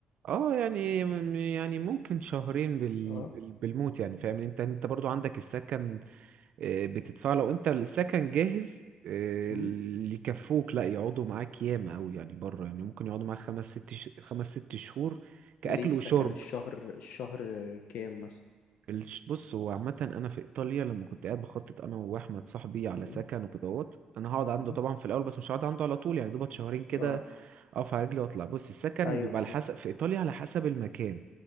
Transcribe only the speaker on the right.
اه يعني م- يعني ممكن شهرين بال...
بال... بالموت يعني فاهم انت انت برضو عندك السكن آه، بتدفع لو انت السكن جاهز آه،
اللي يكفوك لا يقعدوا معاك ياما قوي يعني بره يعني ممكن يقعدوا معاك خمس ست ش... خمس ست شهور كأكل
وشرب
الش- بص هو عامة أنا في إيطاليا لما كنت قاعد بخطط أنا وأحمد صاحبي على
سكن وكدهوت أنا هقعد عنده
طبعا في الأول بس مش هقعد عنده على طول يعني دوبت شهرين كده
اقف على رجلي واطلع بص السكن
بيبقى
على حسب في ايطاليا على حسب المكان